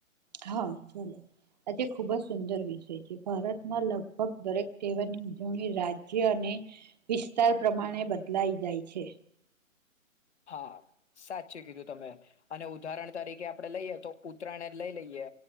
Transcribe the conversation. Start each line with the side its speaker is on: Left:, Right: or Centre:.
Right: હા ભલે. આજે ખૂબ જ સુંદર વિષય છે. ભારતમાં લગભગ દરેક તહેવારની ઉજવણી રાજ્ય અને વિસ્તાર પ્રમાણે બદલાઈ જાય છે.
Left: હા સાચું કીધું તમે, અને ઉદાહરણ તરીકે આપણે લઈએ તો ઉત્તરાયણ જ લઈ લઈએ.